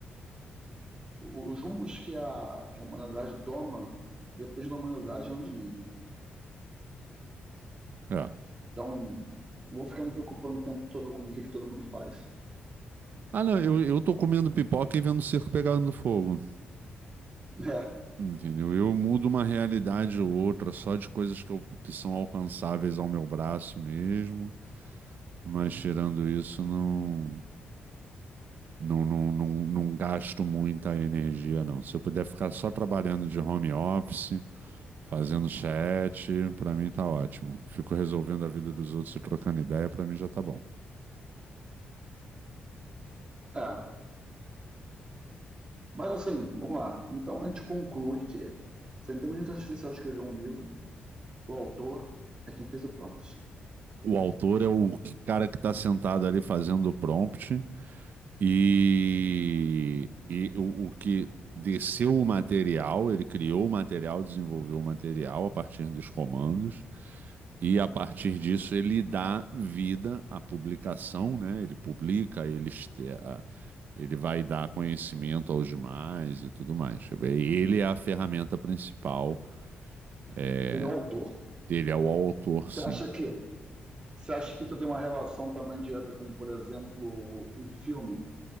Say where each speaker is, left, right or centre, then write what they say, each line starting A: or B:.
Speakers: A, on the right; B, on the right.
A: o- os rumos que a, que a humanidade toma depende da humanidade e não de mim, né?
B: É.
A: Então, não vou ficar me preocupando o tempo todo com o que, que todo mundo faz.
B: Ah, não, eu, eu tô comendo pipoca e vendo o circo pegando fogo.
A: <laughs>
B: Entendeu? Eu mudo uma realidade ou outra só de coisas que, eu- que são alcançáveis ao meu braço mesmo. Mas tirando isso, não, não, não, não, não gasto muita energia, não. Se eu puder ficar só trabalhando de home office, fazendo chat, pra mim tá ótimo. Fico resolvendo a vida dos outros e trocando ideia, pra mim já tá bom.
A: É, é. Mas assim, vamos lá. Então a gente conclui que se a inteligência artificial escreveu um livro, o autor é quem fez o prompt.
B: O autor é o cara que está sentado ali fazendo o prompt e, e o, o que desceu o material, ele criou o material, desenvolveu o material a partir dos comandos e a partir disso ele dá vida à publicação, né? Ele publica, ele, este- a- ele vai dar conhecimento aos demais e tudo mais. Ele é a ferramenta principal, é,
A: Ele é o autor.
B: ele é o autor, sim.
A: Você acha que, você acha que isso tem uma relação também direta com, por exemplo, um filme?